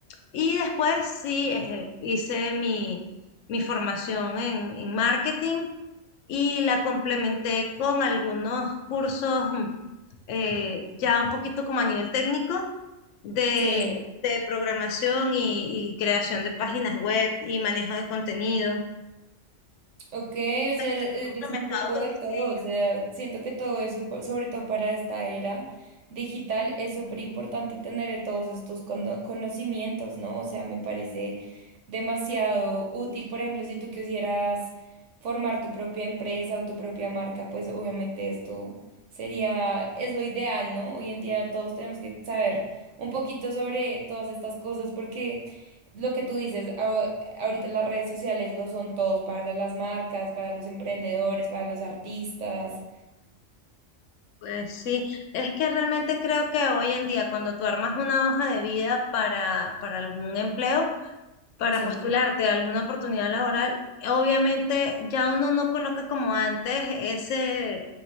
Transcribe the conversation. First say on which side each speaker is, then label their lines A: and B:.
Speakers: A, on the left; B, on the right.
A: Y después sí, eh, hice mi, mi formación en, en marketing y la complementé con algunos cursos mm, eh, ya un poquito como a nivel técnico de,
B: Sí.
A: de programación y, y creación de páginas web y manejo de contenido.
B: Ok, o
A: Lo
B: sea, e-,
A: he
B: eres
A: complementado
B: un poco
A: con
B: de
A: diseño.
B: todo, o sea, siento que todo eso, po- sobre todo para esta era digital, es súper importante tener todos estos cono- conocimientos, ¿no? O sea, me parece demasiado útil, por ejemplo, si tú quisieras formar tu propia empresa o tu propia marca, pues obviamente esto sería, es lo ideal, ¿no? Hoy en día todos tenemos que saber un poquito sobre todas estas cosas porque lo que tú dices, Ahorita las redes sociales lo son todos para las marcas, para los emprendedores, para los artistas.
A: Pues sí, es que realmente creo que hoy en día cuando tú armas una hoja de vida para, para algún empleo, para
B: Sí,
A: postularte a alguna oportunidad laboral, obviamente ya uno no coloca como antes ese,